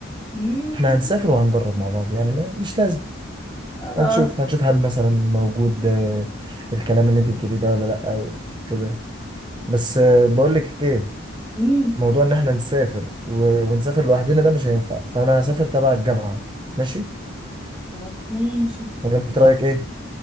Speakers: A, in the centre; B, on the right.
A: مم.
B: إحنا هنسافر وهنجرب مع بعض يعني ما مش لازم
A: خلاص
B: هنشوف هنشوف هل مثلا موجود آه، الكلام اللي انت بتقوليه ده ولا لا او كده بس آه، بقول لك ايه
A: مم.
B: موضوع ان احنا نسافر و... ونسافر لوحدنا ده مش هينفع فانا هسافر تبع الجامعة ماشي
A: خلاص ماشي
B: ولا انت رايك ايه